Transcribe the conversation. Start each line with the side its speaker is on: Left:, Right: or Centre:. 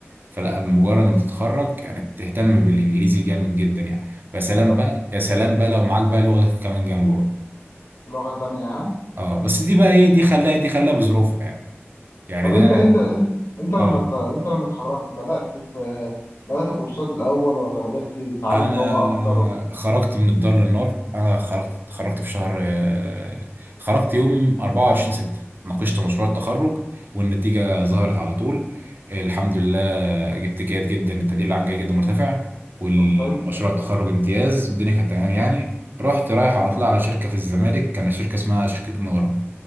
Right: فلا بمجرد ما تتخرج يعني تهتم بالانجليزي جامد جدا يعني يا سلام
Left: طب
Right: بقى يا سلام بقى لو معاك بقى لغه كمان جنبه بقى
Left: لغة تانية ها
Right: اه بس دي بقى ايه دي خلاها دي خلاها بظروفها يعني يعني
Left: طب انت
Right: ده
Left: انت انت, انت لما
Right: اه
Left: ت- انت لما اتخرجت بدأت في بدأت كورسات الاول ولا بدأت تتعلم
Right: انا
Left: لغة اكتر
Right: خرجت من الدار للنار انا خرجت خرجت في شهر آه، خرجت يوم 24 6 ناقشت مشروع التخرج والنتيجه ظهرت على طول الحمد لله جبت جيد جدا التقدير العام جيد جدا مرتفع والمشروع
Left: طب حلو
Right: التخرج امتياز والدنيا كانت تمام يعني رحت رايح على
Left: تمام
Right: طلع على شركه في الزمالك كانت شركه اسمها شركه منورة